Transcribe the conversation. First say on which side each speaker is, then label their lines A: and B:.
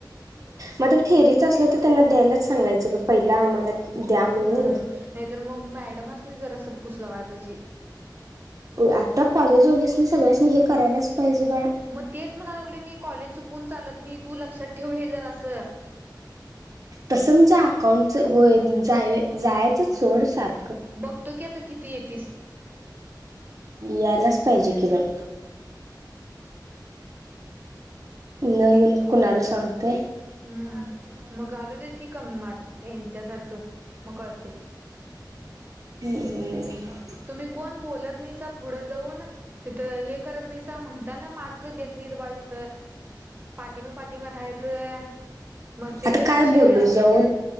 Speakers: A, on the right; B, on the right.
A: मग थेरीच असल त त्यांना द्यायलाच सांगायचं ग पहिला आम्हाला द्या म्हणून.
B: हम्म नाही तर मग मॅडमासनी जरासं फूसलावाय पाहिजे.
A: आता कॉलेज वाल्यांसनी सगळ्यासनी हे करायलाच पाहिजे बाळ.
B: मग तेच म्हणा लागलोय मी कॉलेज चुकवून चालत नाही तू लक्षात ठेव हे जरास.
A: तसं म्हणजे अकाउंटच होय जाय जायचं सोड सार
B: बघतो की आता किती येतीस.
A: यालाच पाहिजे की बाई. न येऊन कुणाला सांगतोय
B: हम्म. मग घालूदे कि कमी मार्क ते हच्यासारखं मग कळते.
A: हम्मम्म.
B: तुम्ही कोण बोलत नाहीसा पुढ जाऊन, तिथ हे करत नाहीसा म्हणताना मार्क देत निट बाधीत.
A: <inaudible>
B: पाठीमा पाठीमा राहायचं मग ते
A: आता काय
B: विषय
A: बोलू
B: मिळाला
A: जाऊन